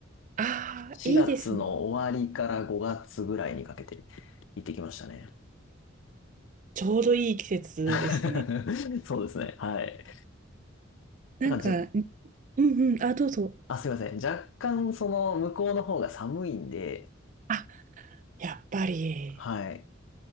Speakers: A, on the right; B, on the left.
A: ああ、
B: 4月の終わりから5月ぐらいにかけて
A: いいですね。
B: 行ってきましたね。
A: ちょうどいい季節ですね。
B: <laughs> そうですね。はい。
A: なんか、
B: なんかじゃ、
A: うんうん、あ、どうぞ。
B: あ、すいません。若干その向こうの方が寒いんで、
A: あ、やっぱり。
B: はい。